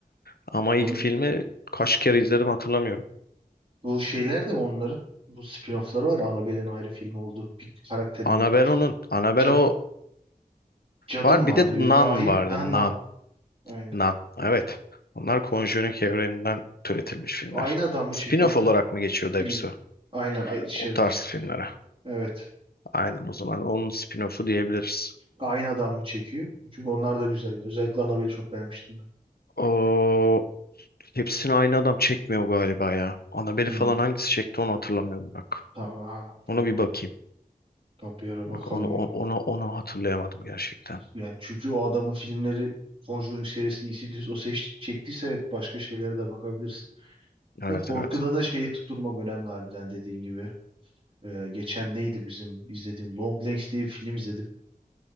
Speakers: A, on the left; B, on the right.
A: Ama ilk
B: Bun-
A: filmi kaç kere izledim hatırlamıyorum.
B: bu şeyler de onların bu spin-off'ları var. Annabelle'in ayrı film oldu. Bir karakterin
A: Annabelle onun. Annabelle
B: cad,
A: o
B: cadım
A: var.
B: vardı.
A: Bir de
B: Bir
A: Nun
B: rahip.
A: vardı.
B: Ha,
A: Nun.
B: Nan. Aynen.
A: Nun. Evet. Onlar Conjuring evreninden türetilmiş filmler.
B: Aynı adam mı
A: Spin-off
B: çekiyor onları?
A: olarak mı geçiyordu hepsi?
B: Biliyorum. Aynen a- içerdik.
A: O tarz filmlere.
B: Evet.
A: Aynen o zaman onun spin-off'u diyebiliriz.
B: Aynı adam mı çekiyor? Çünkü onlar da güzeldi. Özellikle Annabelle'i çok beğenmiştim ben.
A: O Hepsini aynı adam çekmiyor galiba ya. Annabelle
B: Hmm.
A: falan hangisi çekti onu hatırlamıyorum bak.
B: Aa, tamam.
A: Ona bir bakayım.
B: Tamam bir ara bakalım
A: Onu on-
B: ona.
A: onu onu hatırlayamadım gerçekten.
B: Yani çünkü o adamın filmleri Conjuring serisi, Insidious o seç, çektiyse evet başka şeylere de bakabiliriz.
A: Evet
B: Da korkuda
A: evet.
B: da şeyi tutturmak önemli harbiden dediğin gibi. Ee, geçen neydi bizim izlediğim Long Legs diye bir film izledim.